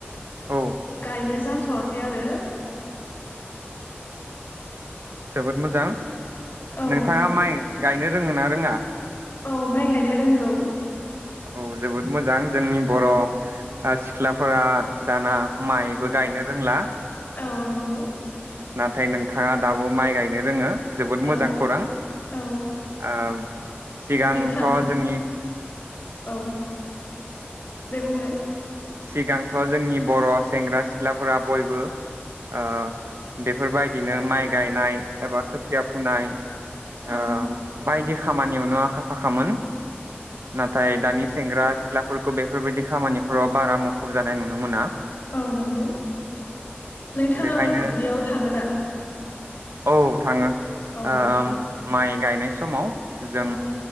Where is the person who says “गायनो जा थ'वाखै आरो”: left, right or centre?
Left